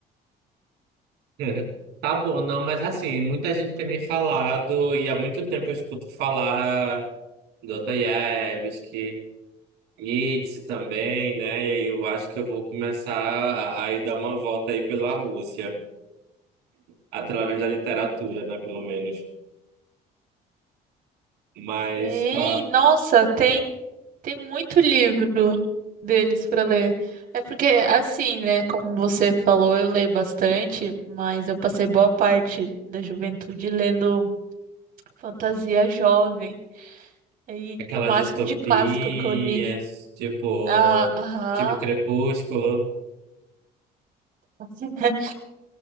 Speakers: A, on the right; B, on the right.
A: <laughs> Tá bom, não, mas assim, muita gente tem me falado, e há muito tempo eu escuto falar Dostoiévski, Nietzsche também, né? E aí eu acho que eu vou começar a, a ir dar uma volta aí pela Rússia, através da literatura, né, pelo menos. Mas
B: Tem,
A: ah,
B: nossa, tem, tem muito livro deles para ler. É porque, assim, né, como você falou, eu leio bastante, mas eu passei boa parte da juventude lendo fantasia jovem. E,
A: aquelas
B: e o máximo
A: distopias,
B: de clássico que eu li
A: tipo,
B: Aham.
A: tipo Crepúsculo.
B: <laughs>